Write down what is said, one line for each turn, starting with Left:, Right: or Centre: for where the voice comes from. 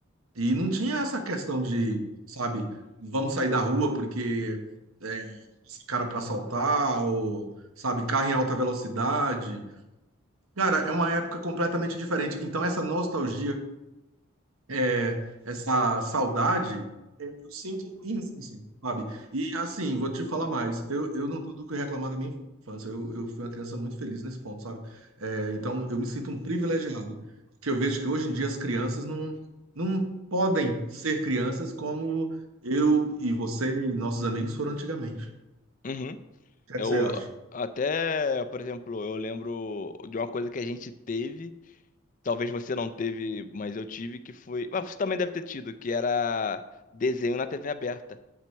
Right: E não tinha essa questão de, sabe, vamos sair da rua porque é, esse cara para assaltar, ou, sabe, carro em alta velocidade. Cara, é uma época completamente diferente. Então, essa nostalgia é, essa saudade, eu sinto imensa, sabe? E assim, vou te falar mais, eu, eu não tenho do que reclamar da minha infância, eu, eu fui uma criança muito feliz nesse ponto, sabe? É, então, eu me sinto um privilegiado, que eu vejo que hoje em dia as crianças não, não podem ser crianças como eu e você e nossos amigos foram antigamente. O
Left: Uhum.
Right: que
Left: Eu
Right: é que você acha?
Left: até, por exemplo, eu lembro de uma coisa que a gente teve, talvez você não teve, mas eu tive, que foi. Mas você também deve ter tido, que era desenho na TV aberta.